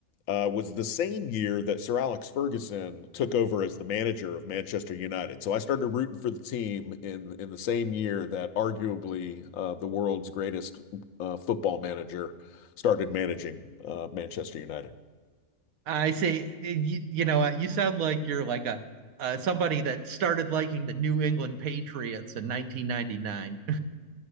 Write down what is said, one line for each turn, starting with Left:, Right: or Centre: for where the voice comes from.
Left: uh, was the same year that Sir Alex Ferguson took over as the manager of Manchester United. So I started rooting for the team in in the same year that arguably uh, the world's greatest uh, football manager started managing uh, Manchester United.
Right: I say, you, you know, you sound like you're like a uh, somebody that started liking the New England Patriots in 1999.